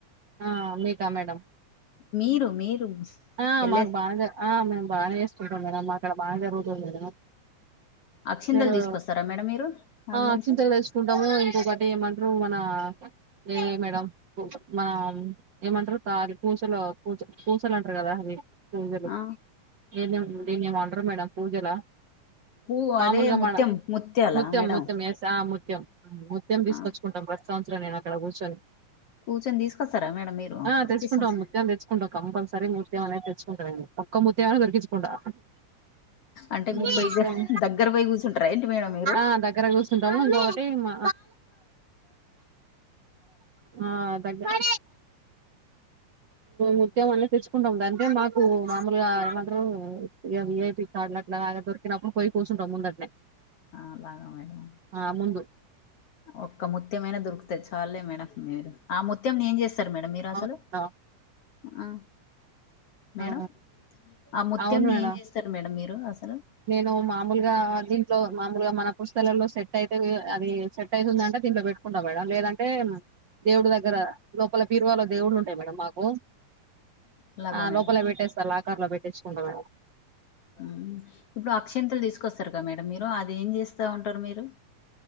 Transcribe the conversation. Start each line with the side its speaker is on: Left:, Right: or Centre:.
Right: ఆ మీకా మేడం
Left: మీరు మీరు
Right: ఆ
Left: వెళ్ళే
Right: మగ్ బా ఆ మాకు బానే ఇస్త చ మేడంమ్ మాక్కడ బాగా జరుగుదుంది మేడం
Left: అక్షింతలు
Right: మీరు
Left: తీసుకొస్తారా మేడం మీరు ఆడ నుంచి
Right: అక్షింతలు తెసుుకుంటాము ఇంకొకటి ఏమంట రూ మనా ఏ మేడం మనం ఏమంటారు తాల పూసలు పూ పూసలుంటే కద అది సలు
Left: ఆ
Right: ఏద <unintelligible> దీన్నే ఏమో అంట్రూ మేడం పూజలా
Left: పువ్వు
Right: మామూలుగా
Left: అదే ముత్యం
Right: మన
Left: ముత్యాల
Right: ముత్యం,
Left: మేడం
Right: ముత్యం ఎస్ ఆ ముత్యం ఆహ్ ముత్యం తీసుకొచ్చుకుంటాం.
Left: ఆ
Right: ప్రస్ సంవత్సరం నేన్ అక్కడ కూర్చొని
Left: కూర్చొని తీసుకొస్తారా మేడం మీరు.
Right: ఆ
Left: ప్రతి
Right: తెచ్చుకుంటాం
Left: సంవత్సరం
Right: ముత్యం తెచ్చుకుంటాం కంపల్సరీ ముత్యం అనేది తెచ్చుకుంటారెమో. ఒక్క ముత్యమైన దొరికిచ్చి కుండా.
Left: అంటే
Right: ఉహ్
Left: మీరు పోయి
Right: మిస్సవ్ం
Left: దగ్గర పోయి కూర్చుంటారా ఏంటి మేడం మీరు
Right: ఆహ్ దగ్గర కూర్చుంటాము ఇంకోక్కట్టి మా ఆహ్ దగ్గర ముత్యం అందిపిచ్ కుండం. అంటే మాకు మామూలుగా ఏమంటారు. వియా వి. ఐ. పి చడలట్లాలాగా దొరికినప్పుడు పోయి కూసుంటాం. ముందట్నే
Left: అలాగా మేడం
Right: ఆహ్ ముందు.
Left: ఒక్క ముత్యంమైనా దొరుకుతది. చాలులే మేడం మీరు. ఆ ముత్యం నేం చేస్ తార్ మేడం మీరూ అసలు
Right: అవునా
Left: ఆహ్ మేడం
Right: ఆ
Left: ఆహ్ ముత్యంని
Right: అవును మేడం
Left: ఏం చేస్తారు. మేడం మీరు రూ అస్సల్
Right: నేను మామూలుగా అది ట్లో మామూలుగా మన పుస్తలలో సెట్ అయితే. అది సెట్ అయితుంధంటే దీంట్లో పెట్టుకుంటాం మేడం. లేదంటే దేవుడు దగ్గర లోపల పీరువాలో దేవుళ్లు ఉంటాయి. మేడం మాకు
Left: అలాగా
Right: ఆ
Left: మేడం
Right: లోపలే పెట్టేస్తా. లాకర్ లో పెట్ తెచ్చుకుంటావేమే
Left: ఉహ్మ్ ఇప్పుడు అక్షంతలు తీసుకొస్తారు. కా మేడం మీరు అది ఏం చేస్తా ఉంటారు మీరు